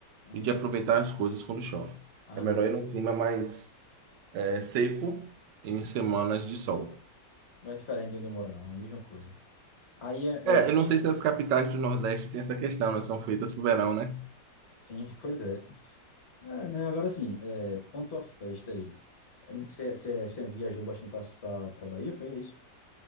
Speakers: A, on the left (about 40°); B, on the right (about 75°).
A: Hum,
B: e de aproveitar as coisas quando chove.
A: ah,
B: É melhor
A: não.
B: ir num clima mais é, seco em semanas de sol.
A: Não é diferente de onde eu moro, não. É a mesma coisa. Aí, é,
B: É,
A: é,
B: eu não sei se as capitais do Nordeste têm essa questão, elas são feitas para o verão, né?
A: sim, <laughs> pois é. É, né, agora sim, é, quanto à festa aí, É, você você- você viajou bastante para Bahia, foi isso?